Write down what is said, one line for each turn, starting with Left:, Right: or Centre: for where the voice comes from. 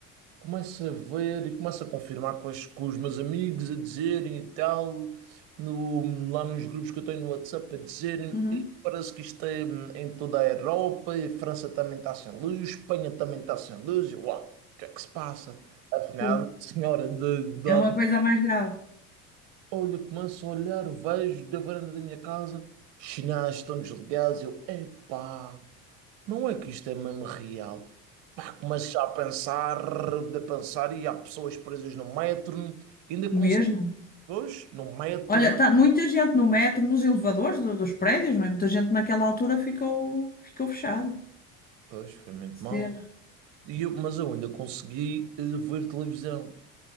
Right: Começo a ver e começo a confirmar com, as- com os meus amigos a dizerem e tal, no- lá nos grupos que eu tenho no WhatsApp a dizerem,
Left: Uhum.
Right: e parece que isto é hum, em toda a Europa, e a França também está sem luz, Espanha também está sem luz, e eu, uau, o que é que se passa? Afinal,
Left: Pô,
Right: a senhora de, de,
Left: é
Right: lá
Left: uma
Right: de
Left: coisa mais grave.
Right: Olha, começo a olhar, vejo da varanda da minha casa, os sinais estão desligados, eu, epá. Não é que isto é mesmo real. Pá, começas a pensar, a pensar, e há pessoas presas no metro, ainda consegui,
Left: Mesmo.
Right: pois, no metro,
Left: Olha, tá muita gente no metro, nos elevadores do- dos prédios, não é? Muita gente naquela altura ficou, ficou fechada.
Right: pois, foi muito mal.
Left: Cena.
Right: E eu- mas eu ainda consegui eh, ver televisão